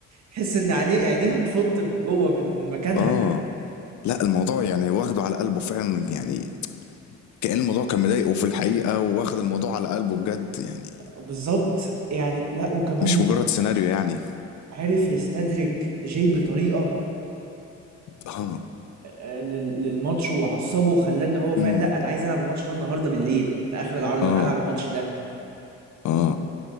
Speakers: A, on the right; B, on the left.
A: تحس ان عينيه عينيه هتفط من جوه من من مكانها
B: اه لا الموضوع يعني واخده على قلبه فعلا يعني كأن الموضوع كان مضايقه في الحقيقة واخد الموضوع على قلبه بجد يعني
A: بالظبط يعني لا وكمان
B: مش مجرد سيناريو يعني
A: عرف يستدرج جاي بطريقة
B: اه
A: آه، لل- للماتش وعصبه وخلاه ان هو فعلا
B: امم
A: لا انا عايز العب الماتش ده النهارده بالليل في اخر العرض
B: اه
A: انا هلعب الماتش ده
B: اه